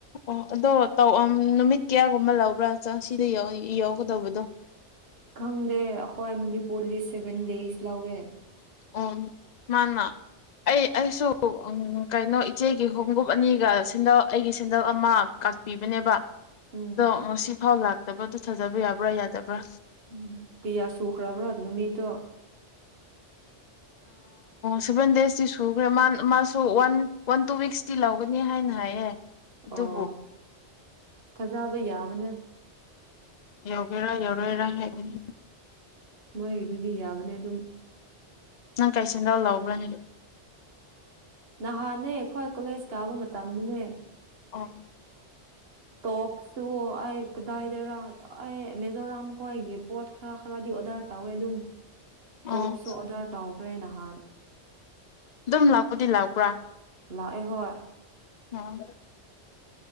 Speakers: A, on the left (about 45°); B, on the right (about 60°).
A: ꯑꯣ ꯑꯗꯣ ꯇꯧ ꯅꯨꯃꯤꯠ ꯀꯌꯥꯒꯨꯝꯕ ꯂꯧꯕ꯭ꯔꯥ ꯆ ꯁꯤꯗ ꯌꯥꯎꯒꯗꯧꯕꯗꯣ
B: ꯈꯪ ꯍꯣꯏ ꯃꯗꯤ ꯄꯨꯔꯤꯗꯤ ꯁꯦ ꯗꯁ ꯂꯑꯣꯋꯦ
A: ꯑꯣ ꯃꯥꯅ ꯑꯩ ꯑꯩꯁꯨ ꯀꯩꯅꯣ ꯏꯆꯦꯒꯤ ꯍꯣꯒ꯭ꯔꯨꯞ ꯑꯅꯤꯒ ꯁꯦꯟꯗꯜ ꯑꯩꯒꯤ ꯁꯦꯟꯗꯜ ꯑꯃ ꯀꯥꯛꯄꯤꯕꯅꯦꯕ
B: ꯎꯝ
A: ꯗ ꯁꯤꯐꯥꯎ ꯂꯥꯛ ꯇꯃ ꯑꯗꯨ ꯊꯥꯖꯕ ꯌꯥꯕ꯭ꯔꯥ ꯌꯥꯗꯕ꯭ꯔꯥ
B: ꯎꯝ ꯄꯤꯌꯥ ꯁꯨꯈꯔꯕꯔ ꯅꯨꯃꯤꯠꯇ
A: ꯁꯚꯦꯟ ꯗꯦꯖꯇꯤ ꯁꯨꯈ꯭ꯔꯦ ꯃꯥ ꯃꯥꯁꯨ ꯋꯥꯟ ꯋꯥꯟ ꯇꯨ ꯋꯤꯛꯁꯇꯤ ꯂꯧꯒꯅꯤ ꯍꯥꯏꯅ ꯍꯥꯏꯌꯦ ꯑꯗꯨꯕꯨ
B: ꯑꯣ ꯊꯖꯥꯕꯩ ꯃꯅꯦ
A: ꯌꯧꯒꯦꯔꯥ ꯌꯧꯔꯣꯏꯔꯥ ꯍꯥꯏꯕꯅꯤ
B: ꯃꯣꯏꯒꯤꯗꯨꯗꯤ ꯌꯥꯕꯅꯦ ꯑꯗꯨꯝ
A: ꯅꯪ ꯀꯩꯆꯦꯟꯗꯥꯎ ꯂꯧꯕ꯭ꯔꯅꯦ
B: ꯅꯍꯥꯟꯅꯦ ꯑꯩꯈꯣꯏ ꯀꯣꯂꯦꯖ ꯀꯥꯕ ꯃꯇꯝꯗꯅꯦ
A: ꯑ
B: ꯇꯣꯞꯁꯨ ꯑꯩ ꯀꯗꯥꯏꯗꯔꯥ ꯑꯦ ꯃꯦꯖꯣꯔꯥꯝ ꯀꯣ ꯑꯣꯏꯒꯤꯦꯞ ꯄꯣꯠ ꯈꯔꯥ ꯈꯥꯗꯤ ꯑꯣꯔꯗꯔ ꯇꯧꯋꯦ ꯑꯗꯨꯝ
A: ꯑꯣ
B: ꯇꯣꯞꯁꯨ ꯑꯣꯗꯔ ꯇꯧꯈ꯭ꯔꯦ ꯅꯍꯥꯟ
A: ꯑꯗꯨꯝ ꯂꯥꯎꯄꯨꯗꯤ ꯂꯥꯎꯄ꯭ꯔꯥ
B: ꯂꯥꯛꯑꯦ ꯍꯣꯏ
A: ꯑꯝ